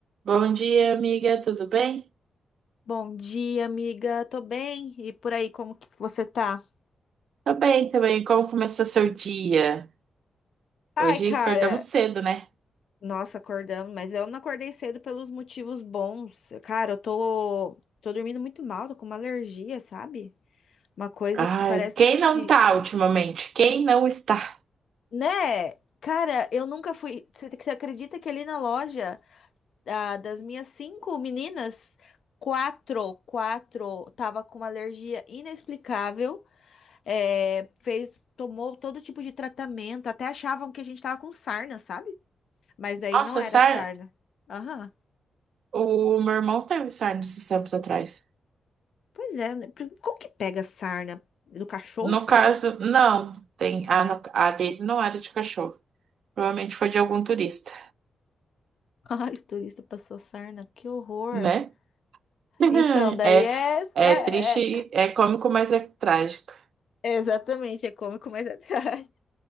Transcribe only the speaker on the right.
Bom dia, amiga, tudo bem?
Tô bem também. Como começou seu dia?
Hoje
acordamos cedo, né?
Ai,
quem não
tá ultimamente? Quem não está?
Nossa,
Sarna,
o meu irmão teve sarna esses tempos atrás.
No
caso, não, tem a, no- a dele não era de cachorro. Provavelmente foi de algum turista,
né? <laughs>
É,
é
triste,
é cômico, mas é trágico.